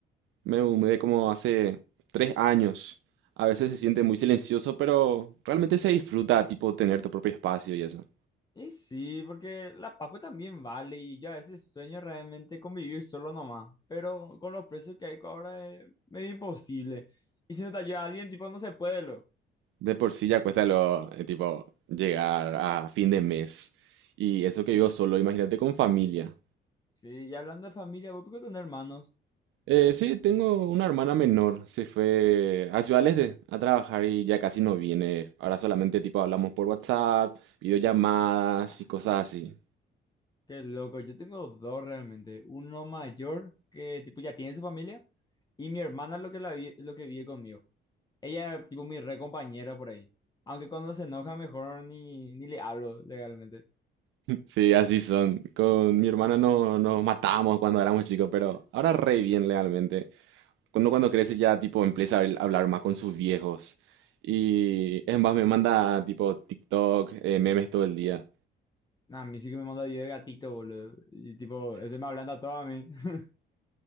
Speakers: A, on the right; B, on the left.
A: Me mudé como hace tres años. A veces se siente muy silencioso, pero realmente se disfruta, tipo, tener tu propio espacio y eso.
B: Y sí, porque la Paco también vale y yo a veces sueño realmente con vivir solo nomás, pero con los precios que hay ahora es medio imposible. Y si no te ayuda alguien, tipo, no se puede,
A: De por sí ya cuesta lo, eh, tipo, llegar a fin de mes. Y eso que vivo solo, imagínate con familia.
B: Sí, y hablando de familia, ¿vos podés tener hermanos?
A: Eh, sí, tengo una hermana menor. Se fue a Ciudad del Este a trabajar y ya casi no viene. Ahora solamente, tipo, hablamos por WhatsApp, videollamadas
B: Ah,
A: y cosas así.
B: qué loco, yo tengo dos realmente. Uno mayor que tipo ya tiene su familia y mi hermana es lo que, la vi- lo que vive conmigo. Ella es tipo mi re compañera por ahí. Aunque cuando se enoja mejor ni, ni le hablo legalmente.
A: Sí, así son. Con mi hermana no, nos matábamos cuando éramos chicos, pero ahora re bien realmente. Cuando cuando crece ya tipo empieza a habl- hablar más con sus viejos. Y es más, me manda tipo TikTok, eh, memes todo el día.
B: Nah, a mí sí que me manda video de gatito, boludo. Y tipo, eso me hablando a todo a mí. <laughs>